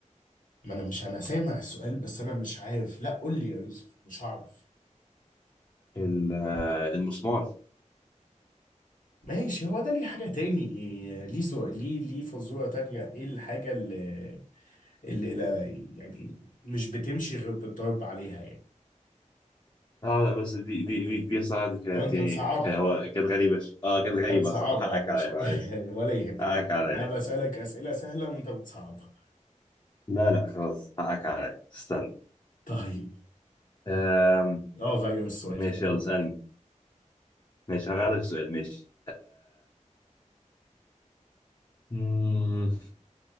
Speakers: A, on the left (about 85°); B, on the left (about 30°).
A: ما انا مش انا سامع السؤال بس انا مش عارف لا قول لي يا يوسف مش هعرف
B: ال- آه، المسمار
A: ماشي هو ده ليه حاجة تاني إيه ليه سؤال ليه ليه فزورة تانية ايه الحاجة اللي اللي لا يعني مش بتمشي غير بالضرب عليها يعني
B: اه لا بس دي دي دي, دي صراحة دي كانت
A: لو انت
B: يعني
A: مصعبها
B: كان- هو كانت غريبة ش- اه كانت
A: انت
B: غريبة
A: بتصعبها
B: صراحة حقك
A: يا باشا
B: عليا معلش
A: <laughs> ولا يهمك
B: حقك
A: يعني
B: عليا
A: انا بسألك أسئلة سهلة وانت بتصعبها
B: لا لا خلاص حقك عليا استنى
A: طيب
B: آم،
A: اه غير السؤال
B: ماشي
A: كده خليك
B: يلا اسألني ماشي هغير لك سؤال ماشي آه،